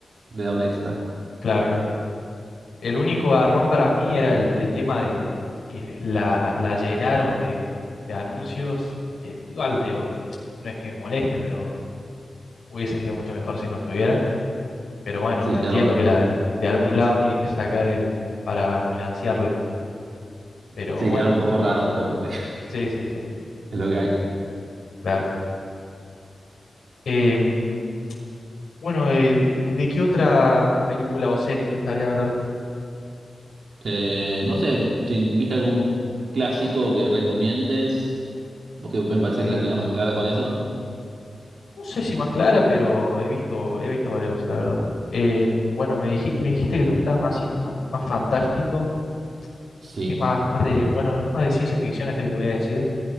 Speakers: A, on the right; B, on the left.
A: le da un extra.
B: claro, claro. El único garrón para mí era el, el tema de que la, la llenaron de, de anuncios. eh, igual de hoy. No es que me moleste, pero hubiese sido mucho mejor si no estuviera. Pero bueno,
A: Sí,
B: entiendo
A: quedaron,
B: que la, de algún lado tienen que sacar eh, para financiarla. Pero
A: sí,
B: bueno,
A: quedaron un poco raros, pero sí, <laughs>
B: sí, sí, sí,
A: es lo que hay.
B: claro. Em, Bueno, eh, ¿de, de qué otra película o serie te gustaría hablar?
A: Eh, no sé si viste algún clásico que recomiendes, porque me parece
B: Eh,
A: que la tenés más clara con eso.
B: no sé si más clara, pero he visto, he visto varios, la verdad. Eh, bueno, me dijiste, me dijiste que te gustaba más y más, más fantástico.
A: Sí,
B: Es más, más de, bueno, es más de ciencia ficción este que te voy a decir.